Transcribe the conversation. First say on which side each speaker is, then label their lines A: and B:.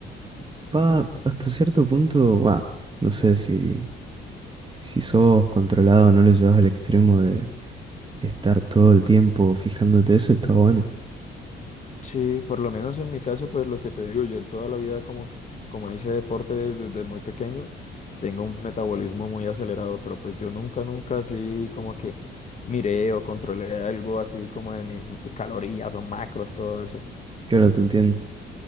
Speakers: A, on the right; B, on the left.
A: Va, hasta cierto punto, va, no sé si, Si sos controlado, no lo llevas al extremo de estar todo el tiempo fijándote eso, está bueno.
B: Sí, por lo menos en mi caso, pues lo que te digo, yo toda la vida como, como hice deporte desde muy pequeño, tengo un metabolismo muy acelerado, pero pues yo nunca, nunca así como que miré o controlé algo así como de mis calorías o macros, todo eso.
A: Claro, te entiendo.